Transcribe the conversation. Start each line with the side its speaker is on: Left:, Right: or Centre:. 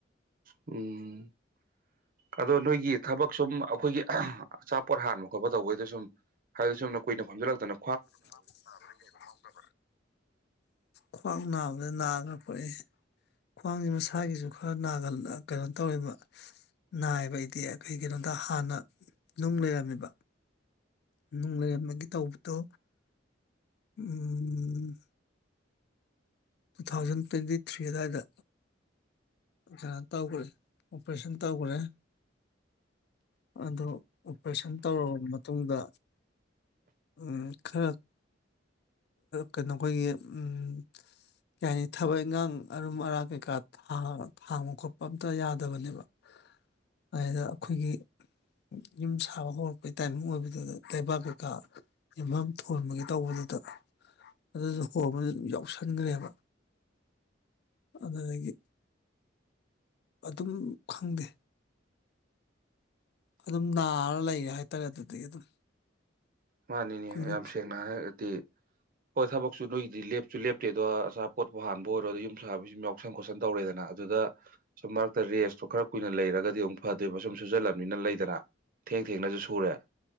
Right: ꯎꯝ ꯑꯗꯣ ꯅꯣꯏꯒꯤ ꯊꯕꯛ ꯁꯨꯝ ꯑꯩꯈꯣꯏꯒꯤ ꯑꯆꯥꯄꯣꯠ ꯍꯥꯟꯕ ꯈꯣꯠꯄ ꯇꯧꯕꯩꯗꯣ ꯁꯨꯝ ꯍꯥꯏꯕꯗꯤ ꯁꯨꯝꯅ ꯀꯨꯏꯅ ꯐꯝꯖꯜꯂꯛꯇꯅ
Left: ꯑꯁ ꯈꯋ꯭ꯥꯡ ꯅꯥꯕ <unintelligible> <unintelligible> ꯈ꯭ꯋꯥꯡꯖꯦ ꯃꯁꯥꯒꯤꯖꯨ ꯈ ꯅꯥꯒꯜ ꯑꯥ ꯀꯩꯅꯣ ꯇꯧꯔꯤꯕ ꯅꯥꯏꯕ ꯑꯩꯗꯤ ꯀꯩꯒꯤꯅꯣꯗ ꯍꯥꯟꯅ ꯅꯨꯡ ꯂꯩꯔꯝꯃꯤꯕ ꯅꯨꯡ ꯂꯩꯔꯝꯃꯦꯒꯤ ꯇꯧꯕꯗꯣ ꯎꯝ ꯇꯨ ꯊꯥꯎꯖꯟ ꯇ꯭ꯋꯦꯟꯇꯤ ꯊ꯭ꯔꯤ ꯑꯗꯥꯏꯗ ꯀꯩꯅꯣ ꯇꯧꯒꯔ꯭ꯦ ꯑꯣꯄꯔꯦꯁꯟ ꯇꯧꯒꯔ꯭ꯦ ꯑꯗꯣ ꯑꯣꯄꯔꯦꯁꯟ ꯇꯧꯔꯕ ꯃꯇꯨꯡꯗ ꯎꯝ ꯈꯔ ꯀꯩꯅꯣ ꯈꯣꯏꯒꯤ ꯎꯝ ꯀꯩ ꯍꯥꯏꯅꯤ ꯊꯕꯛ ꯏꯪꯒꯥꯡ ꯑꯔꯨꯝ ꯑꯔꯥꯛ ꯀꯩꯀꯥ ꯊꯥꯡ ꯊꯥꯡꯕ ꯈꯣꯠꯄ ꯑꯝꯇ ꯌꯥꯗꯕꯅꯦꯕ ꯑꯗꯩꯗ ꯑꯈꯣꯏꯒꯤ ꯌꯨꯝ ꯁꯥꯕ ꯍꯧꯔꯛꯄꯩ ꯇꯥꯏꯃꯤꯡ ꯑꯣꯏꯕꯗꯨꯗ ꯂꯩꯕꯥꯛ ꯀꯩꯀꯥ ꯌꯨꯝꯕꯝ ꯊꯣꯟꯕꯒꯤ ꯇꯧꯕꯗꯨꯗ ꯑꯗꯨꯖꯨ ꯍꯣꯡꯕ ꯌꯥꯎꯁꯟꯒꯔ꯭ꯦꯕ ꯑꯗꯨꯗꯒꯤ ꯑꯗꯨꯝ ꯈꯪꯗꯦ ꯑꯗꯨꯝ ꯅꯥꯔ ꯂꯩꯔꯦ ꯍꯥꯏꯇꯥꯔꯦ ꯑꯗꯨꯗꯒꯤ ꯑꯗꯨꯝ
Right: ꯃꯥꯅꯤꯅꯦ
Left: ꯀꯨꯏꯅ
Right: ꯌꯥꯝ ꯁꯦꯡꯅ ꯍꯥꯏꯔꯒꯗꯤ ꯍꯣꯏ ꯊꯕꯛꯁꯨ ꯅꯣꯏꯒꯤꯗꯤ ꯂꯦꯞꯁꯨ ꯂꯦꯞꯇꯦꯗꯣ ꯑꯆꯥꯄꯣꯠꯄꯨ ꯍꯥꯟꯕ ꯑꯣꯏꯔꯣ ꯑꯗꯩ ꯌꯨꯝ ꯁꯥꯕꯩ ꯁꯨꯝ ꯌꯥꯎꯁꯟ ꯈꯣꯠꯁꯟ ꯇꯧꯔꯦꯗꯅ ꯑꯗꯨꯗ ꯁꯨꯝ ꯃꯔꯛꯇ ꯔꯦꯁꯇꯣ ꯈꯔ ꯀꯨꯏꯅ ꯂꯩꯔꯒꯗꯤ ꯑꯃꯨꯛ ꯐꯠ ꯇꯦꯕ ꯁꯨꯝ ꯁꯨꯖꯜꯂꯝꯅꯤꯅ ꯂꯩꯗꯅ ꯊꯦꯡ ꯊꯦꯡꯅꯖꯨ ꯁꯨꯔꯦ